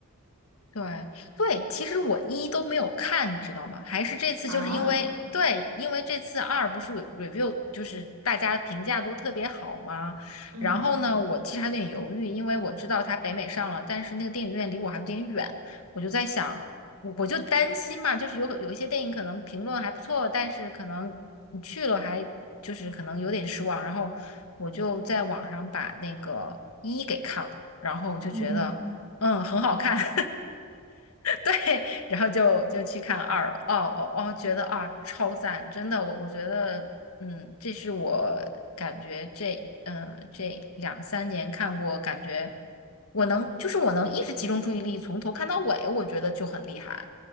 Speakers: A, on the left; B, on the right.
A: 对对，其实我一都没有看，你知道吗？还是这次就是因为对，
B: 啊，
A: 因为这次二不是 re- v i e w 就是大家评价都特别好嘛。
B: 嗯
A: 然后呢，我其实还有点犹豫，因为我知道它北美上了，但是那个电影院离我还有点远，我就在想，我我就担心嘛，就是有有一些电影可能评论还不错，但是可能你去了还就是可能有点失望。然后我就在网上把那个一给看了，然后就觉得嗯很好看。
B: 嗯，嗯，
A: <laughs> 对，然后就就去看二了。哦哦哦，觉得啊超赞，真的，我我觉得，嗯，这是我感觉这嗯、呃这两三年看过，感觉我能就是我能一直集中注意力从头看到尾，我觉得就很厉害。